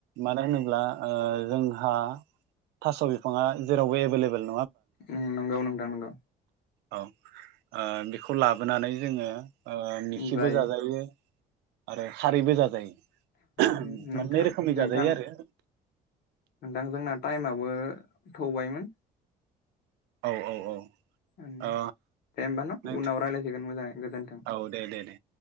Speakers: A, on the right (about 85°); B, on the left (about 70°).
A: मानो होनोब्ला। ओ जोंहा थास' बिफाङा जेरावबो एबोल लेबोल।
B: ओम नंगौ नोंथां नंगौ।
A: औ ओह बेखौ लाबोनानै। जोङो ओह मिखिबो
B: जायो
A: जाजायो आरो खारैबो जाजायो।
B: उम नोंथां
A: मोननै रोखोमनि
B: नोंथां
A: जाजायो आरो।
B: नोंथां जोंना ताइमाबो थौबायमोन।
A: औ औ औ।
B: ओम
A: औ
B: दे होमबा न'
A: नों
B: उनाव रायलायसिगोन मोजाङै गोजोन्थों
A: औ दे दे दे